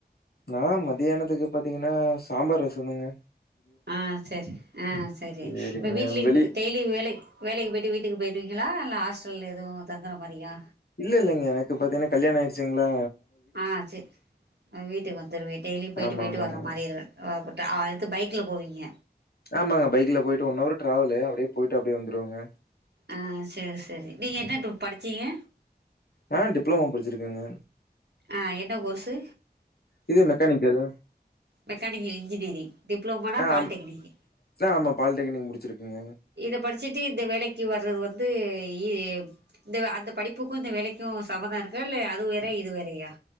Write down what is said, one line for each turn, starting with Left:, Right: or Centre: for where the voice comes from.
Left: நா மதியானத்துக்கு பாத்தீங்கன்னா சாம்பார் ரசோ தாங்க
Right: ஆ செரி ஆ செரி
Left: சேரிங்க
Right: ப்ப வீட்லி
Left: வெளி
Right: டெய்லி வேலை வேலைக்கு போயிட்டு வீட்டுக்கு போய்டுவீங்களா இல்ல ஆஸ்டல்ல எது தங்குற மாரியா
Left: இல்லெல்லங்க எனக்கு பாத்தீங்கன்னா கல்யாணோ ஆய்ருச்சுங்ளா
Right: ஆ சேர் அ வீட்டுக்கு வந்துருவே டெய்லி போய்ட்டு
Left: ஆமா
Right: போய்ட்டு
Left: ஆமாங்க
Right: வர மாரிர் தேவப்பட்டா அத்து பைக்ல போவீங்க
Left: ஆமாங்க பைக்ல போய்ட்டு ஒன்னவரு ட்ராவலு அப்டே போய்ட்டு அப்டே வந்துருவங்க
Right: ஆ சேர் சேரி நீங்க என்ன குரூப் படிச்சிங்க
Left: நா டிப்ளோமோ படிச்சிருக்கேங்க
Right: ஆ என்ன கோர்ஸு
Left: இது மெக்கானிக்கல்
Right: மெக்கானிக்கல் இன்ஜினியரிங் டிப்ளோமோனா
Left: ஆ
Right: பாலிடெக்னிக்
Left: ஆம் ஆமா பாலிடெக்னிக் முடிச்சிருக்குங்க
Right: இத படிச்சிட்டு இந்த வேலைக்கு வர்றது வந்து இ இந்த அந்த படிப்புக்கு இந்த வேலைக்கு சம்மந்தம் இருக்கா இல்ல அது வேற இது வேறயா